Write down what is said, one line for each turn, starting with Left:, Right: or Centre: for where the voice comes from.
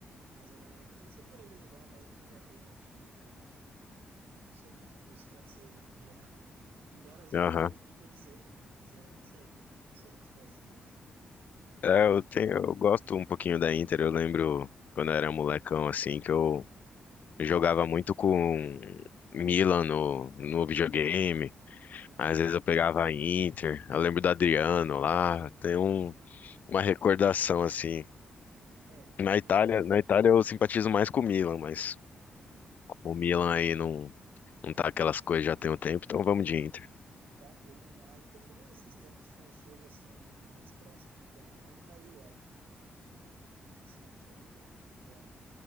Right: Mas eh, vou torcer por eles igual, mesmo que já tenham título e tal. Não sou muito dos franceses em geral, <laughs> embora os jogadores
Left: Aham.
Right: nem todos sejam, né? Mas eh, não sei, não sou muito fã assim deles. Ah,
Left: É, eu tenho, eu gosto um pouquinho da Inter. Eu lembro quando eu era molecão, assim, que eu jogava muito com Milan no, no videogame.
Right: Aham.
Left: Às vezes eu pegava a Inter. Eu lembro do Adriano lá. Tem um, uma recordação, assim.
Right: É, quando
Left: Na Itália,
Right: me.
Left: na Itália eu simpatizo mais com o Milan, mas
Right: aham.
Left: O Milan aí não, não tá aquelas coisas já tem um tempo, então vamos de Inter.
Right: Não, eu tava lendo, né? A Inter também esses tempos tinha chego assim mais próximo de ganhar e caiu, acho, né? Ah, na- não sei se na Champions ou o que que era.